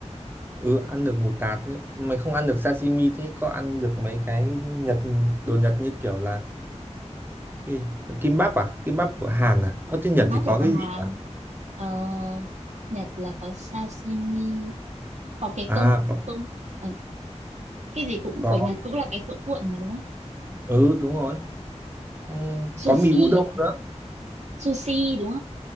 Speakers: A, on the right; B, on the right.
A: ừ ăn được mù tạt nhưng mày không ăn được sashimi thế có ăn được mấy cái nhật đồ nhật như kiểu là Ki- Kim bắp à? Kim bắp của Hàn à? Ở trên Nhật
B: kimbap
A: thì
B: là
A: có
B: của
A: cái
B: Hàn
A: gì nhỉ?
B: ờ, Nhật là có sashimi có cái cơm
A: À có,
B: cơm ờ, cái gì cũng
A: có.
B: của Nhật cũng là cái cuộn cuộn mà đúng không
A: Ừ đúng rồi. Xong
B: sushi
A: Có mì udon
B: à,
A: nữa.
B: sushi đúng